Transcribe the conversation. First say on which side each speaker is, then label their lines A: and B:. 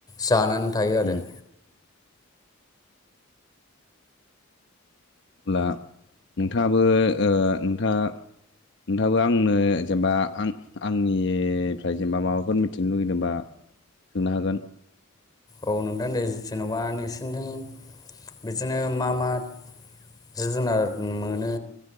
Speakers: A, on the left; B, on the left.
A: जानानै थायो आरो।
B: उम अब्ला नोंथाङाबो ओ नोंथाङा नोंथाङाबो आंनो जेनेबा आं आंनिफ्राय जेनेबा माबाफोर मिथिनो लुगैदोंबा सोंनो हागोन।
A: औ नोंथां दे जेन'बा नोंसोरजों बिदिनो मा मा जिब जुनार मोनो।